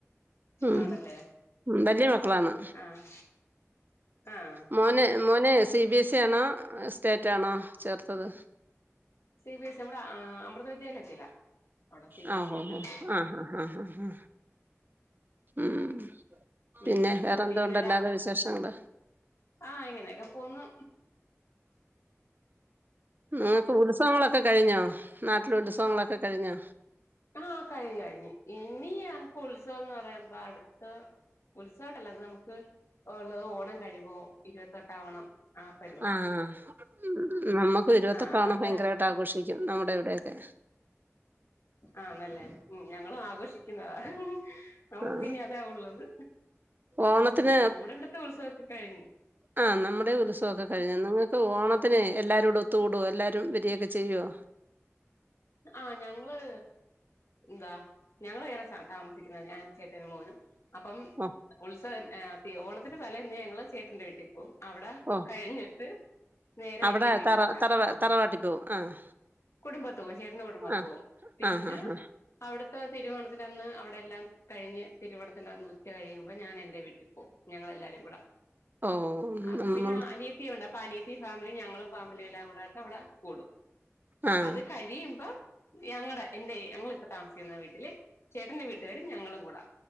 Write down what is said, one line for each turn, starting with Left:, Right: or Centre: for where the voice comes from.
Right: ഉം
Left: ആണല്ലേ
Right: വല്ലിയെ മക്കളാണ്
Left: ആഹ് ആഹ്
Right: മോന് മോന് സി ബി എസ് ഇ ആണോ സ്റ്റേറ്റ് ആണോ ചേർത്തത്
Left: സി ബി എസ് സി നമ്മുടെ അമൃത വിദ്യാലയത്തിലാ അവിടെ സി
Right: ഹ
Left: ബി എസ്
Right: ഹോ
Left: ഇ ആണല്ലോ
Right: ഹ ആഹ് ആഹ് ആഹ് ആഹ് ഉം പിന്നെ
Left: ഉം
Right: വേറെന്തുണ്ട്
Left: പിന്നെ
Right: അല്ലാതെ
Left: രാ
Right: വിശേഷങ്ങള്
Left: ആഹ് ഇങ്ങനെയൊക്കെ പോന്നു
Right: നിങ്ങക്ക് ഉത്സവങ്ങളൊക്കെ കഴിഞ്ഞോ നാട്ടിലെ ഉത്സവങ്ങളൊക്കെ കഴിഞ്ഞോ
Left: ആഹ് കഴിഞ്ഞ് കഴിഞ്ഞ് ഇനി ഞങ്ങക്ക് ഉത്സവംന്ന് പറയുമ്പോ അടുത്ത <unintelligible> നമുക്ക് ഉള്ളത് ഓണം കഴിയുമ്പോ ഇരുപത്തെട്ടാം ഓണം ആ പരിപാടി
Right: ആഹ് ഉ നമ്മുക്ക്
Left: ആഹ് അത്
Right: <unintelligible> ഭയങ്കരായിട്ട് ആഘോഷിക്കും നമ്മുടെ ഇവിടെ ഒക്കെ
Left: ആണല്ലേ ഉം ഞങ്ങളും ആഘോഷിക്കുന്നതാ നമുക്ക്
Right: ആഹ്
Left: ഇനി അതാ ഉള്ളത്.
Right: ഓണത്തിന്
Left: ഉം നമ്മടെ ഇവിടത്തെ ഉത്സവൊക്കെ കഴിഞ്
Right: ആ നമ്മുടെ ഉത്സവൊക്കെ കഴിഞ്ഞു നിങ്ങ ക്ക് ഓണത്തിന് എല്ലാവരും കൂടെ ഒത്തു കൂടോ എല്ലാവരും വരിയൊക്കെ ചെയ്യുവൊ
Left: ആഹ് ഞങ്ങള് ന്താ ഞങ്ങള് വേറെ താമസിക്കുന്നെ ഞാനും ചേട്ടനും മോനും അപ്പം
Right: ഓഹ്
Left: ഉത്സവ ഏ ഓണത്തിന്റെ തലേന്ന് ഞങ്ങള് ചേട്ടന്റെ വീട്ടിൽ പോവും അവിടെ
Right: ഓഹ്
Left: കഴിഞ്ഞിട്ട് നേരെ
Right: അവിടെ
Left: എന്റെ വീട്ടിലോട്ടാ
Right: തറ തറവാ
Left: അവ
Right: തറവാട്ടിൽ പോവും ആഹ്
Left: കുടുംബത്ത് പോവും ചേട്ടന്റെ കുടുംബത്ത്
Right: ആഹ്
Left: പോവും പിന്നെ
Right: ആഹ് ആഹ് ആഹ്
Left: അവിടുത്തെ തിരുവോണത്തിൻ്റെ അന്ന് അവിടെ എല്ലാം കഴിഞ്ഞ് തിരുവോണത്തിന്റെ അന്ന് ഉച്ച കഴിയുമ്പോ ഞാൻ എന്റെ വീട്ടിൽ പോവും ഞങ്ങളെല്ലാരും കൂടെ
Right: ഓഹ്
Left: അപ്പൊ
Right: നമ്മൾ
Left: പിന്നെ അനിയ ത്തിയൊണ്ട് അപ്പ അനിയത്തി ഫാമിലി ഞങ്ങളും ഫാമിലി എല്ലാം കൂടെ അവടെ കൂടും
Right: ആഹ്
Left: അത് കഴിയുമ്പോ ഞങ്ങടെ എന്റെ ഞങ്ങളിപ്പ താമസിക്കുന്ന വീട്ടില് ചേട്ടന്റെ വീട്ടുകാരും ഞങ്ങളും കൂടെ